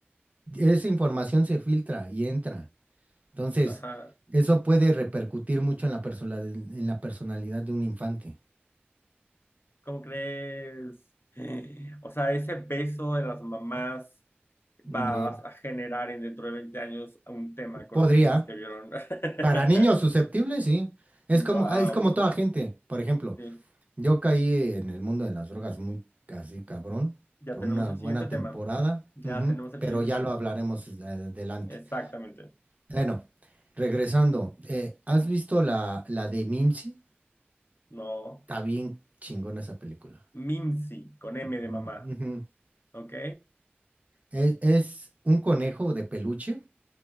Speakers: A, on the right; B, on the left.
A: Esa información se filtra y entra. Entonces,
B: Ajá.
A: eso puede repercutir mucho en la persona- en la personalidad de un infante.
B: ¿Cómo crees? <laughs> O sea, ese beso de las mamás
A: Mm,
B: va
A: Eh,
B: a generar en dentro de 20 años un tema con
A: podría.
B: los niños que vieron. <laughs>
A: Para niños susceptibles, sí. Es
B: Wow.
A: como, ah, es como toda gente, por ejemplo.
B: Sí,
A: Yo caí en el mundo de las drogas muy casi cabrón
B: ya
A: por
B: tenemos
A: una
B: el
A: buena
B: siguiente tema.
A: temporada,
B: Ya
A: ujú,
B: tenemos el
A: pero
B: siguiente
A: ya
B: tema.
A: lo hablaremos eh, adelante.
B: Exactamente.
A: Bueno, regresando, eh, ¿has visto la, la de Mimsy?
B: No.
A: Está bien chingona esa película.
B: Mimsy, con M
A: Mm,
B: de mamá.
A: ujú.
B: ¿Ok?
A: Es, es un conejo de peluche